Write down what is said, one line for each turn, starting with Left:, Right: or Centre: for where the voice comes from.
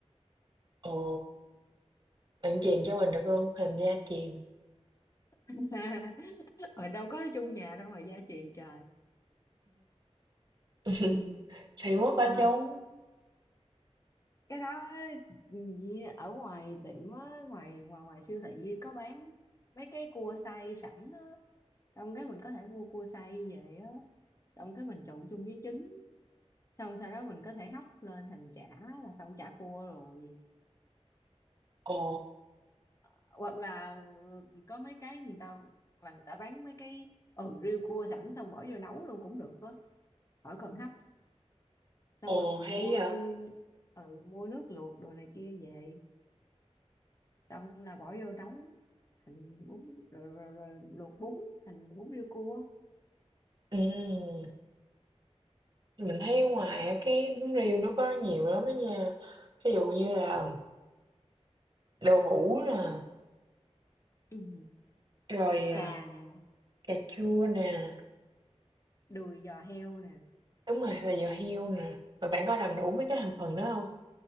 Right: Ồ, bạn truyền cho mình được không? Hình gia truyền.
Left: <laughs> mà đâu có ở chung nhà đâu mà gia truyền trời
Right: <laughs> Thì mốt ở
Left: ờ
Right: chung.
Left: cái đó á, gì ở ngoài tiệm á ngoài ngoài ngoài siêu thị có bán mấy cái cua xay sẵn á xong cái mình có thể mua cua xay về á xong cái mình trộn chung với trứng xong sau đó mình có thể hấp lên thành chả là xong chả cua rồi
Right: Ồ,
Left: hoặc là ừ, có mấy cái người ta là người ta bán mấy cái ừ riêu cua sẵn xong bỏ vô nấu luôn cũng được á khỏi cần hấp xong
Right: ồ
Left: rồi mình
Right: hay
Left: mua
Right: vậy.
Left: ừ, mua nước luộc đồ này kia về xong là bỏ vô nấu thành bún rồi, rồi, rồi luộc bún thành bún riêu cua
Right: Ừ. Mình thấy ở ngoài á, cái bún riêu nó có nhiều lắm đó nha. Ví dụ như là đậu hũ nè,
Left: ừ.
Right: rồi, à,
Left: cà nè
Right: cà chua nè,
Left: đùi giò heo nè
Right: đúng rồi, là giò heo nè. Rồi bạn có làm đủ mấy cái thành phần đó không?